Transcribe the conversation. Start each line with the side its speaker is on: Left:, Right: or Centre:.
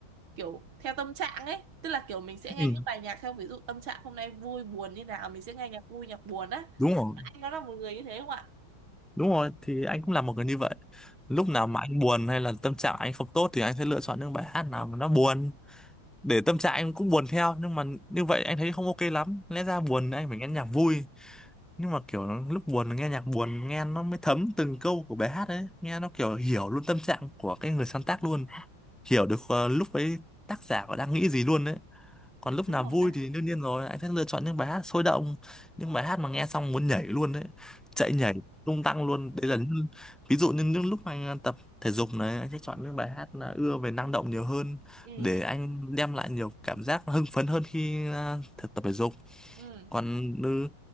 Right: kiểu theo tâm trạng ấy tức là kiểu mình sẽ nghe
Centre: ừ
Right: những bài nhạc theo ví dụ tâm trạng hôm nay vui buồn như nào mình sẽ nghe nhạc vui nhạc buồn á
Centre: đúng rồi
Right: anh có là một người như thế không ạ
Centre: đúng rồi thì anh cũng là một người như vậy lúc nào mà anh buồn hay là tâm trạng anh không tốt thì anh sẽ lựa chọn những bài hát nào mà nó buồn để tâm trạng anh cũng buồn theo nhưng mà như vậy anh thấy không ok lắm lẽ ra buồn anh phải nghe nhạc vui nhưng mà kiểu lúc buồn nghe nhạc buồn nghe nó mới thấm từng câu của bài hát ấy nghe nó kiểu hiểu luôn tâm trạng của cái người sáng tác luôn hiểu được ờ, lúc ấy tác giả có đang nghĩ gì luôn đấy còn lúc
Right: đúng
Centre: nào
Right: rồi
Centre: vui
Right: đấy
Centre: thì đương nhiên rồi anh sẽ lựa chọn những bài hát sôi động những bài hát mà nghe xong muốn nhảy luôn đấy chạy nhảy tung tăng luôn đấy là những, ví dụ như những lúc mà anh à, tập thể dục này anh sẽ chọn những bài hát là ưa về năng động nhiều hơn
Right: ừ
Centre: để anh đem lại nhiều cảm giác hưng phấn hơn khi à, thực tập thể dục
Right: ừ
Centre: còn ừ,